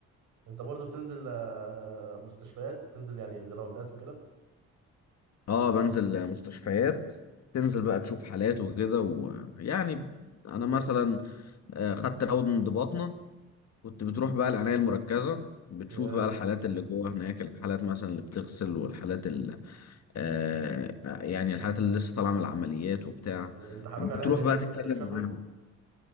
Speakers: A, on the right; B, on the left.
A: انت برضه بتنزل آه، مستشفيات بتنزل يعني عند راوندات وكده
B: اه بنزل مستشفيات تنزل بقى تشوف حالات وكده ويعني انا
A: انت
B: مثلا آه، خدت راود من ضباطنا كنت بتروح بقى العناية المركزة بتشوف
A: ياه،
B: بقى الحالات اللي جوه هناك الحالات مثلا اللي بتغسل والحالات اللي آه يعني الحالات اللي لسه طالعة من العمليات وبتاع
A: وامتحانوك
B: بتروح
A: عليها زي
B: بقى
A: اوسكي
B: تتكلم
A: كده شفوي
B: معاهم